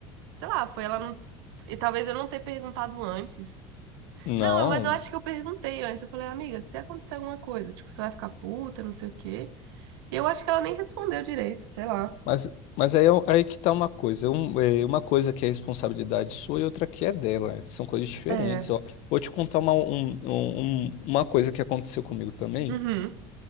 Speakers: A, on the right; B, on the left.
A: sei lá, foi ela não. E talvez eu não ter perguntado antes.
B: não.
A: Não, mas eu acho que eu perguntei antes. Eu falei, amiga, se acontecer alguma coisa, tipo, você vai ficar puta, não sei o quê. E eu acho que ela nem respondeu direito, sei lá.
B: Mas, mas aí, eu- aí que tá uma coisa. Um- é, uma coisa que é responsabilidade sua e outra que é dela. né? São coisas diferentes,
A: É.
B: ó. Vou te contar uma, um- um- um- uma coisa que aconteceu comigo também,
A: Uhum.